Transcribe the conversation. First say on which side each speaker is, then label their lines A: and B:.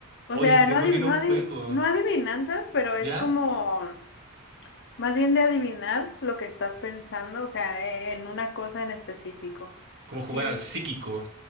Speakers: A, on the left; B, on the right.
A: O
B: Hoy
A: sea,
B: hace tiempo
A: no, adiv-
B: que no
A: no,
B: juego,
A: adiv- no adivinanzas, pero es
B: ¿ya?
A: como más bien de adivinar lo que estás pensando, o sea, e- en una cosa en específico.
B: Como
A: Sí,
B: jugar al psíquico.